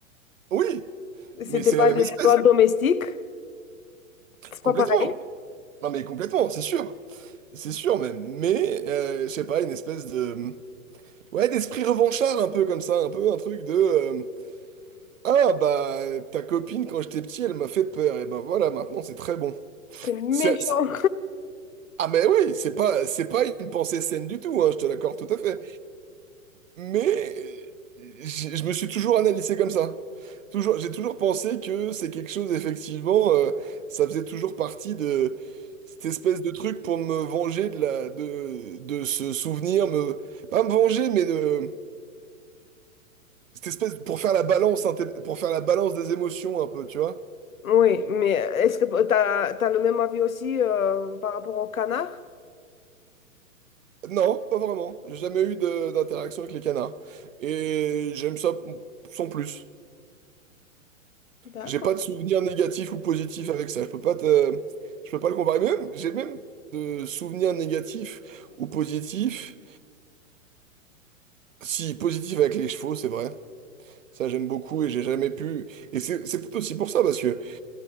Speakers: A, on the right (about 65°); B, on the left (about 75°).
A: Oui,
B: C'était
A: mais c'est
B: pas
A: la même
B: des
A: espèce,
B: oies domestiques. C'est
A: complètement.
B: pas pareil.
A: Non mais complètement, c'est sûr. C'est sûr même. Mais, euh, je sais pas, une espèce de... Ouais, d'esprit revanchard un peu comme ça, un peu un truc de... euh, Ah bah ta copine quand j'étais petit elle m'a fait peur et ben voilà maintenant c'est très bon.
B: C'est méchant.
A: C'est- c'est- Ah mais oui c'est pas c'est pas une pensée saine du tout hein, je te l'accorde tout à fait. Mais j- je me suis toujours analysé comme ça. Toujours j'ai toujours pensé que c'est quelque chose effectivement euh, ça faisait toujours partie de cette espèce de truc pour me venger de la de de ce souvenir me pas me venger mais de cette espèce pour faire la balance inté- pour faire la balance des émotions un peu tu vois.
B: Oui, mais est-ce que t'as t'as le même avis aussi euh, par rapport au canard?
A: Non, pas vraiment. J'ai jamais eu de- d'interaction avec les canards. Et j'aime ça p- sans plus.
B: D'accord.
A: J'ai pas de souvenirs négatifs ou positifs avec ça. Je peux pas te... Je peux pas le comparer. Mais Même, j'ai même de souvenirs négatifs ou positifs. Si, positif avec les chevaux, c'est vrai. Ça, j'aime beaucoup et j'ai jamais pu. Et c'est c'est peut-être aussi pour ça, parce que